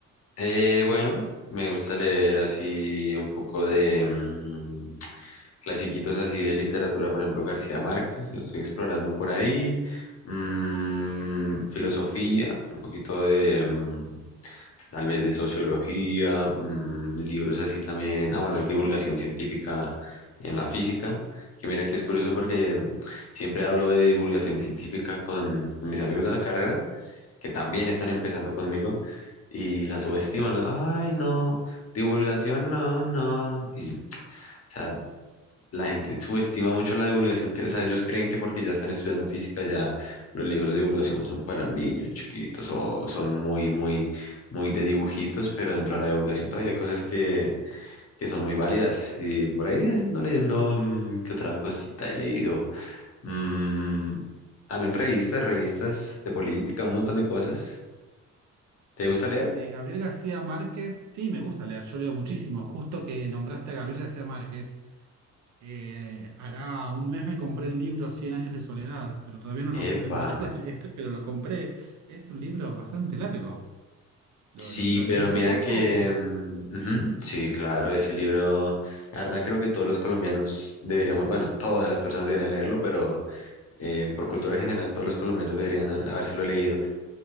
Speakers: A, on the left; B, on the right.
A: Eh, bueno, me gusta leer así un poco de mm, clasiquitos así de literatura, por ejemplo, García Márquez, lo estoy explorando por ahí. Mm, filosofía, un poquito de mm, tal vez de sociología, mm, libros así también. Ah, bueno, de divulgación científica en la física, que mira que es curioso porque mm, siempre hablo de divulgación científica con con mis amigos de la carrera que también están empezando conmigo y la subestiman. ¿no? Ay, no, divulgación, no, no. Y, o sea, la gente subestima mucho la divulgación, que, o sea, ellos creen que porque ya están estudiando física, ya los libros de divulgación son para niños chiquitos o son muy, muy, muy de dibujitos, pero dentro de la divulgación todavía hay cosas que, que son muy válidas. Y por ahí eh, no leyendo, mm, ¿qué otra cosita he leído? Mm, también revistas, revistas de política, un montón de cosas. ¿Te gusta
B: Y
A: leer?
B: de Gabriel García Márquez, sí, me gusta leer, yo leo muchísimo. Justo que nombraste a Gabriel García Márquez, eh, hará un mes me compré el libro Cien años de soledad, pero todavía no lo
A: Epa,
B: pude empezar <laughs> a leer, pero lo compré. Es un libro bastante largo. ¿Lo,
A: sí,
B: lo- lo leíste
A: pero mira
B: vos
A: que,
B: o...?
A: mm, ujú, sí, claro, ese libro, la verdad creo que todos los colombianos deberíamos, bueno, todas las personas deberían leerlo, pero eh, por cultura general todos los colombianos deberían ha- habérselo leído.